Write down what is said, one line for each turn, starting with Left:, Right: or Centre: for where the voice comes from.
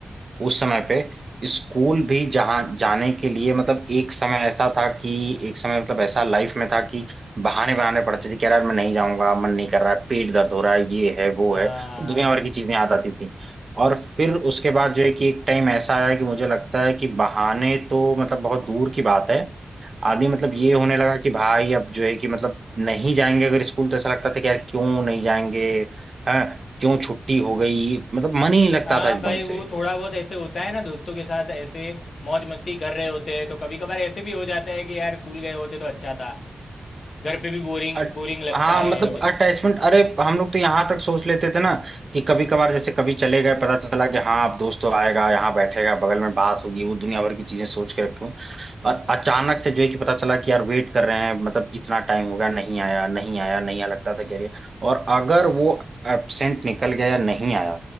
Right: उस समय पे स्कूल भी जहाँ जाने के लिए मतलब एक समय ऐसा था कि एक समय मतलब ऐसा लाइफ में था कि बहाने बनाने पड़ते थे कि यार मैं नहीं जाऊंगा मन नहीं कर रहा है पेट दर्द हो रहा है ये है वो
Left: हाँ
Right: है तो दुनिया भर की चीजें याद आती थी और फिर उसके बाद जो है कि एक टाइम ऐसा आया कि मुझे लगता है कि बहाने तो मतलब बहुत दूर की बात है आदमी मतलब ये होने लगा कि भाई अब जो है कि मतलब नहीं जाएंगे अगर स्कूल तो ऐसा लगता था कि यार क्यों नहीं जाएंगे हैं क्यों छुट्टी हो गई मतलब मन ही नहीं लगता
Left: हाँ
Right: था एकदम
Left: भाई वो
Right: से
Left: थोड़ा बहुत ऐसे होता है ना दोस्तों के साथ ऐसे मौज मस्ती कर रहे होते हैं तो कभी कभार ऐसे भी हो जाता है कि यार स्कूल गए होते तो अच्छा था घर पे भी बोरिंग
Right: अट-
Left: बोरिंग लगता
Right: हाँ मतलब
Left: है
Right: अटैचमेंट अरे हम लोग तो यहाँ तक सोच लेते थे ना कि कभी कभार जैसे कभी चले गए पता चला कि हाँ अब दोस्त तो आएगा यहाँ बैठेगा बगल में बात होगी वो दुनिया भर की चीजें सोच के रखे हूँ और अचानक से जो है कि पता चला कि यार वेट कर रहे हैं मतलब इतना टाइम हो गया नहीं आया नहीं आया नहीं आया लगता था कह रही और अगर वो एबसेंट निकल गया या नहीं आया